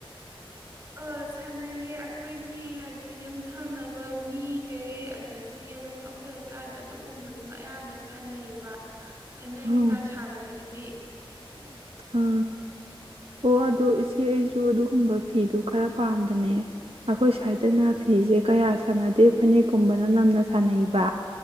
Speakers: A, on the right (about 30°); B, on the right (about 80°).
A: ꯑ ꯁꯥꯟꯅꯩꯌꯦ ꯑꯩꯈꯣꯏꯒꯤ ꯍꯥꯏꯗꯤ ꯌꯨꯝꯊꯪꯅꯕ ꯃꯤꯈꯩ ꯑꯗꯒꯤ ꯑꯗꯨꯝ ꯑꯩꯈꯣꯏ ꯂꯩꯀꯥꯏꯗ ꯑꯗꯨꯒꯨꯝꯕꯗꯨꯝ ꯑꯌꯥꯝꯕ ꯁꯥꯟꯅꯩꯌꯦꯕ ꯐꯅꯦꯛ
B: ꯑꯥ
A: ꯀꯩꯀꯥ ꯁꯥꯕꯗꯒꯤꯗꯤ
B: ꯑꯥ ꯑꯣ ꯑꯗꯣ ꯏꯆꯦ ꯑꯩꯁꯨ ꯑꯗꯨꯒꯨꯝꯕ ꯐꯤꯗꯨ ꯈꯔ ꯄꯥꯝꯕꯅꯦ ꯑꯩꯈꯣꯏ ꯁ꯭ꯋꯥꯏꯗꯅ ꯐꯤꯁꯦ ꯀꯌꯥ ꯁꯥꯟꯅꯗꯦ ꯐꯅꯦꯛꯀꯨꯝꯕꯅ ꯅꯝꯅ ꯁꯥꯟꯅꯩꯕ